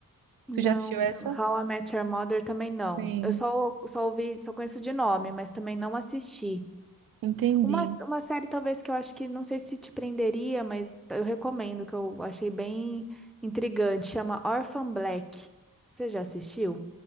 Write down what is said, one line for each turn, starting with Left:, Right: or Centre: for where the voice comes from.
Centre: Não,
Right: Tu já assistiu essa?
Centre: tá- How I Met Your Mother também não.
Right: Sim,
Centre: Eu só, só ouvi, só conheço de nome, mas também não assisti.
Right: entendi.
Centre: Uma, uma série talvez que eu acho que não sei se te prenderia, mas eu recomendo, que eu achei bem intrigante, chama Orphan Black. Você já assistiu?